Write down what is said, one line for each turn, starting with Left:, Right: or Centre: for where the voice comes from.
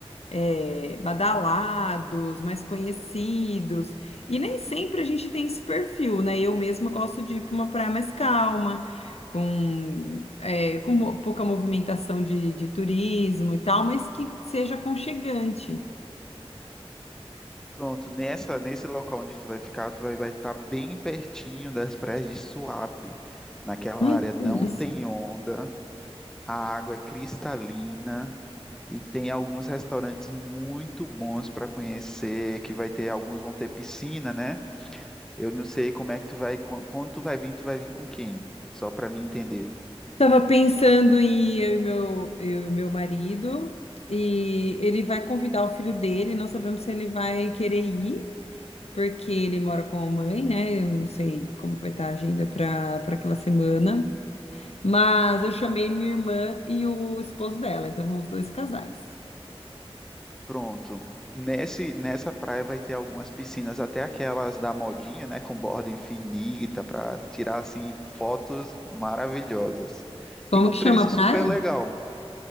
Left: é, badalados, mais conhecidos. E nem sempre a gente tem esse perfil, né? Eu mesma gosto de ir para uma praia mais calma, com, é, com mo- pouca movimentação de, de turismo e tal, mas que seja aconchegante.
Centre: Pronto, nessa, nesse local onde tu vai ficar, tu vai vai estar bem pertinho das praias de Suape. Naquela
Left: Ai,
Centre: área não
Left: que delícia.
Centre: tem onda, a água é cristalina e tem alguns restaurantes muito bons para conhecer, que vai ter, alguns vão ter piscina, né? Eu não sei como é que tu vai, quan- quando tu vai vir, tu vai vir com quem? Só para mim entender.
Left: Estava pensando em eu e meu, eu e meu marido, e ele vai convidar o filho dele, não sabemos se ele vai querer ir. porque ele mora com a mãe, né? Eu não sei como que vai estar a agenda para para aquela semana. Mas eu chamei minha irmã e o esposo dela, então vamos dois casais.
Centre: Pronto. Nesse, nessa praia vai ter algumas piscinas, até aquelas da modinha, né, com borda infinita, para tirar assim fotos maravilhosas.
Left: Como
Centre: E com
Left: que
Centre: preço
Left: chama a praia?
Centre: super legal.